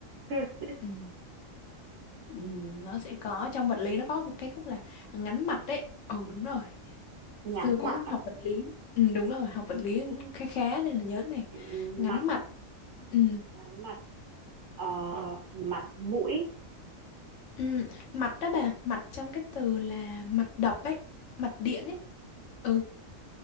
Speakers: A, on the right; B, on the left.
A: <laughs>
B: ừ. ừ nó sẽ có trong vật lý nó có một cái khúc là ngắn mặt đấy ừ đúng rồi
A: Ngắn
B: xưa cũng
A: mặt à?
B: học vật lý ừ, đúng rồi học vật lý cũng khá khá nên là nhớ cái này
A: Ừm,
B: ngắn
A: Mặt
B: mặt ừ,
A: ngắn mặt ờ, mặt mũi
B: Ừ, mạch đó bà, mạch trong cái từ là mạch đập ấy, mạch điện ấy. Ừ,